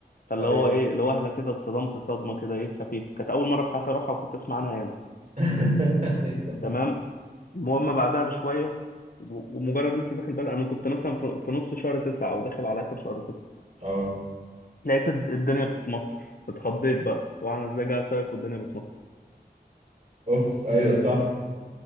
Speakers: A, on the left; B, on the right.
A: فاللي
B: أيوه
A: هو ايه لوهله كده اتصدمت صدمه كده ايه خفيفه كانت اول مره في حياتي اروحها وكنت اسمع عنها ياما
B: <laughs> أيوه.
A: تمام المهم بعدها بشويه و- ومجرد لسه داخل بقى انا كنت مثلا في في نص شهر تسعة او داخل على اخر شهر تسعة
B: اه
A: لقيت الد- الدنيا بتمطر اتخضيت بقى وانا ازاي جاي صيف والدنيا بتمطر
B: أوف أيوه صح